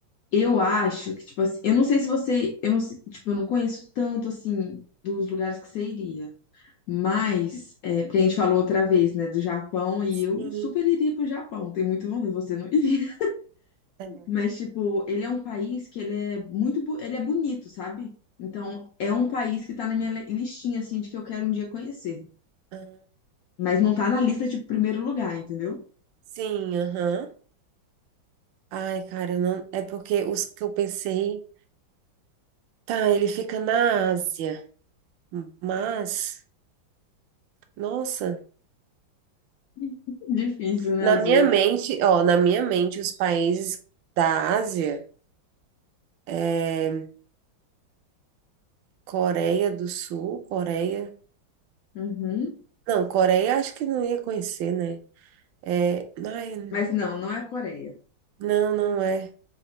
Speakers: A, on the left (about 80°); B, on the right (about 75°).
A: eu acho que, tipo assim, eu não sei se você, eu não, sei- tipo, eu não conheço tanto, assim, dos lugares que você iria. Mas, é, porque a gente falou outra vez, né, do Japão, e
B: Sim.
A: eu super iria pro Japão. Tenho muito vontade, você não iria.
B: É.
A: Mas, tipo, ele é um país que ele é muito, bo- ele é bonito, sabe? Então, é um país que tá na minha li- listinha, assim, de que eu quero um dia conhecer.
B: Ah,
A: Mas não tá na lista de primeiro lugar, entendeu?
B: Sim, aham. Ai, cara, eu não. É porque os que eu pensei. Tá, ele fica na Ásia, mas. Nossa.
A: <laughs> Difícil, né,
B: Na
A: às
B: minha
A: vezes.
B: mente, ó, na minha mente, os países da Ásia é Coreia do Sul, Coreia.
A: Uhum.
B: Não, Coreia acho que não ia conhecer, né? É, ai,
A: Mas não, não é a Coreia.
B: não, não é.